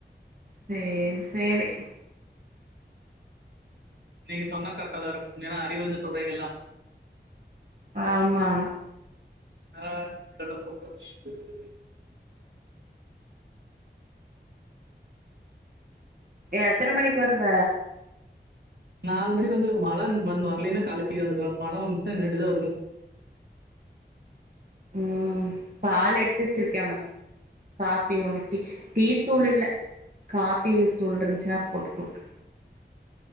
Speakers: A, on the right; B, on the right.
A: செர் செரி
B: நீங்க சொன்னா கரெக்டாதா இருக்கு உண்மையான அறி இருந்து சொல்றீங்கல்லா.
A: ஆமா
B: ஆ <unintelligible>
A: எத்தன மணிக்கு வருவ
B: நாலு மணிக்கு வந்துருவ மழ வரலன்னா காலைல சீக்கிர வந்துருவ மழ வந்ச்சுனா நின்னுட்டு தா வருவ
A: ம் பால் எடுத்து வச்சிருக்க உனக்கு காஃபி ஒன்னு டீ டீ தூள் இல்ல காஃபித்தூள் இருந்துச்சா போட்டு குடுத்து